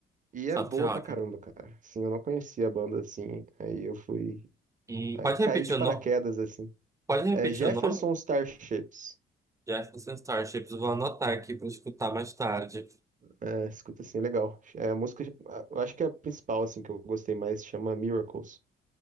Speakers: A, on the right (about 40°); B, on the right (about 15°).
A: E
B: Soft
A: é boa
B: rock.
A: pra caramba, cara. Sim, eu não conhecia a banda assim. Aí eu fui.
B: Hum,
A: aí
B: pode
A: Caí
B: repetir
A: de
B: o
A: paraquedas,
B: nome?
A: assim.
B: Pode
A: É
B: repetir
A: Jefferson
B: o nome?
A: Starships.
B: Jefferson Starships. Vou anotar aqui para escutar mais tarde.
A: É, escuta assim, é legal. É a música. Eu acho que é a principal, assim, que eu gostei mais. Chama Miracles.